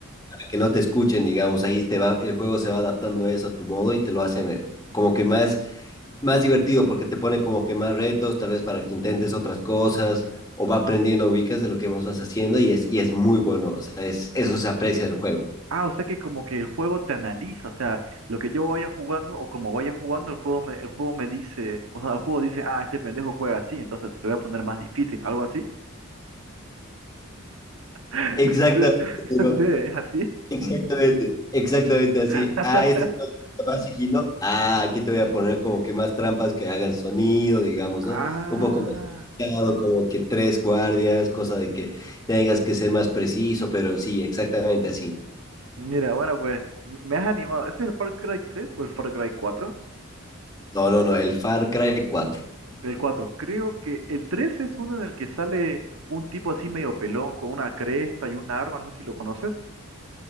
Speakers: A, on the left; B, on the right.
A: para que no te escuchen, digamos, ahí te va, el juego se va adaptando a eso a tu modo y te lo hace eh, como que más, más divertido porque te pone como que más retos, tal vez para que intentes otras cosas o va aprendiendo, ubicas de lo que vos vas haciendo y es, y es muy bueno, o sea, es, eso se aprecia del juego.
B: Ah, o sea que como que el juego te analiza, o sea, lo que yo vaya jugando o como vaya jugando, el juego me, el juego me dice, o sea, el juego dice, ah, este pendejo juega así, entonces le voy a poner más difícil, algo así. <laughs>
A: Exactamente.
B: No sé,
A: Ciro.
B: no sé, ¿es así?
A: Exactamente, exactamente así.
B: <laughs>
A: Ah, esto es más sigilo. Ah, aquí te voy a poner como que más trampas que hagan sonido, digamos,
B: Ah,
A: ¿no? Un poco más complicado, como que tres guardias, cosa de que tengas que ser más preciso, pero sí, exactamente así.
B: mira, bueno, pues me has animado. ¿Ese ¿Es el Far Cry 3 o el Far Cry 4?
A: No, no, no, el Far Cry cuatro
B: El cuatro Creo que el 3 es uno en el que sale un tipo así medio pelón con una cresta y un arma, no sé si lo conoces.